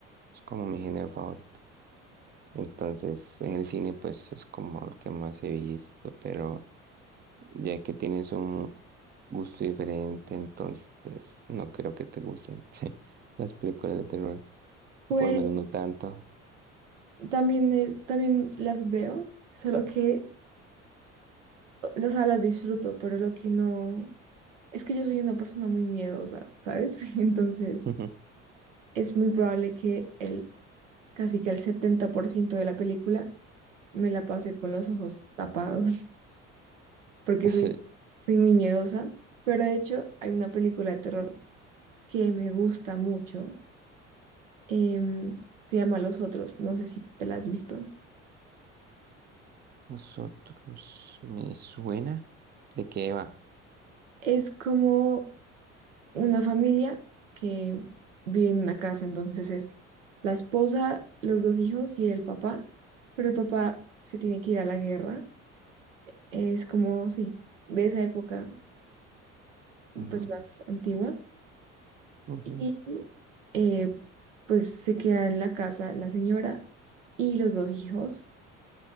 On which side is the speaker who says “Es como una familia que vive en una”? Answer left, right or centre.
Right